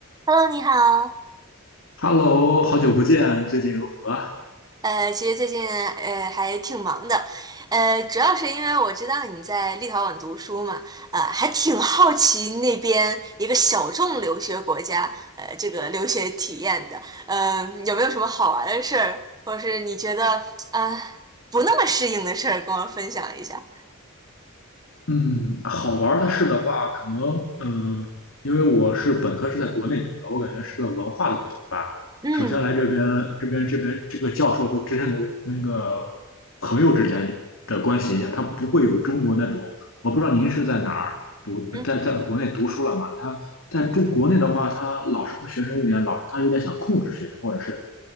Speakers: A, on the right; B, on the left.
A: Hello，你好。
B: Hello，好久不见，最近如何？
A: 呃，其实最近呃还挺忙的，呃，主要是因为我知道你在立陶宛读书嘛，呃，还挺好奇那边一个小众留学国家，呃，这个留学体验的，呃，有没有什么好玩的事儿，或者是你觉得啊、呃不那么适应的事儿，跟我分享一下？
B: 嗯，好玩儿的事的话，可能嗯，因为我是本科是在国内读的，我感觉是个文化的补充吧。
A: 嗯
B: 首先来这边，这边这边这个教授都真正的跟个朋友之间的关系一样，他不会有中国那种，我不知道您是在哪儿读，
A: 嗯
B: 在在国内读书了嘛？他在中国内的话，他老师和学生有点老，他有点想控制学生，或者是